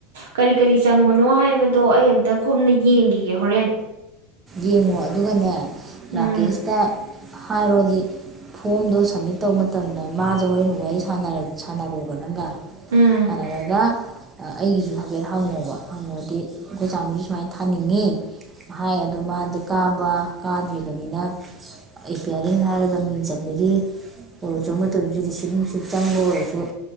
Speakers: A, on the right (about 80°); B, on the right (about 20°).
A: ꯀꯔꯤ ꯀꯔꯤ ꯆꯪꯕꯅꯣ ꯍꯥꯏꯕꯗꯣ ꯑꯩ ꯑꯝꯇ ꯀꯨꯞꯅ ꯌꯦꯡꯈꯤꯒꯦ ꯍꯣꯔꯦꯟ
B: ꯌꯦꯡꯉꯣ ꯑꯗꯨꯒꯅꯦ ꯔꯥꯀꯦꯁꯇ
A: ꯎꯝ
B: ꯍꯥꯏꯔꯣꯗꯤ ꯐꯣꯝꯗꯣ ꯁꯝꯃꯤꯠ ꯇꯧꯕ ꯃꯇꯝꯗ ꯃꯥꯖꯨ ꯍꯣꯔꯦꯟ ꯋꯥꯔꯤ ꯁꯥꯟꯅꯔꯛ ꯁꯥꯟꯅꯔꯣꯕ ꯅꯪꯒ
A: ꯎꯝ
B: ꯁꯥꯅꯔꯒ ꯑꯩꯒꯤꯁꯨ ꯍꯥꯏꯐꯦꯠ ꯍꯪꯉꯣꯕ ꯍꯪꯉꯣꯗꯤ ꯑꯩꯈꯣꯏ ꯆꯌꯥꯝꯁꯨ ꯁꯨꯃꯥꯏꯅ ꯊꯥꯅꯤꯡꯉꯤ ꯍꯥꯏ ꯃꯥꯗꯨ ꯀꯥꯕ ꯀꯥꯗ꯭ꯔꯤꯕꯅꯤꯅ ꯑꯦꯄ꯭ꯌꯥꯔꯤꯡ ꯍꯥꯏꯔꯒ ꯃꯤꯡ ꯆꯟꯕꯒꯤ ꯑꯣꯏꯔꯁꯨ ꯑꯃ ꯇꯧꯔꯁꯨ ꯔꯤꯁꯤꯞ ꯅꯨꯡꯁꯤꯞ ꯆꯪꯕ ꯑꯣꯏꯔꯁꯨ